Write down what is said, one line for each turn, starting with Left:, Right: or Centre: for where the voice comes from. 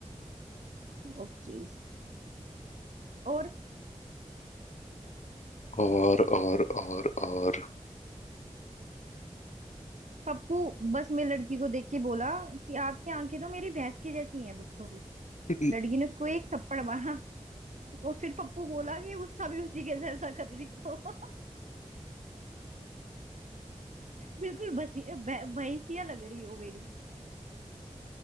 Right: ओके और
Left: और और और और
Right: पप्पू बस में लड़की को देख के बोला कि आपकी आंखें तो मेरी भैंस की जैसी हैं बिल्कुल
Left: हम्म,
Right: लड़की ने उसको एक थप्पड़ मारा और फिर पप्पू बोला कि गुस्सा भी उसी के जैसा कर रही हो <laughs> बिल्कुल भसी भै- भैंसिया लग रही हो मेरी